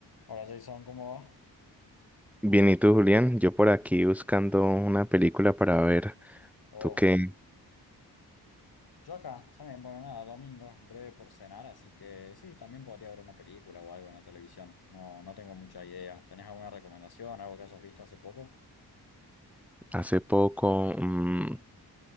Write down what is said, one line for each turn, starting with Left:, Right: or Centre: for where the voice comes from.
Left: Hola Jason, ¿cómo va?
Centre: Bien, ¿y tú, Julián? Yo por aquí buscando una película para ver.
Left: Oh,
Centre: Tú que
Left: yo acá, también, bueno, nada, domingo, en breve por cenar, así que sí, también podría ver una película o algo en la televisión. No, no tengo mucha idea. ¿Tenés alguna recomendación, algo que hayas visto hace poco?
Centre: hace poco, mm,